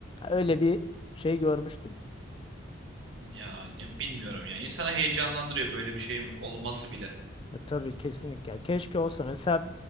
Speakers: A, on the left; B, on the right.
A: öyle bir şey görmüştüm.
B: Ya ne bilmiyorum ya. İnsana heyecanlandırıyor böyle bir şeyin olması bile.
A: E, tabii kesinlikle. Ya Keşke olsa mesela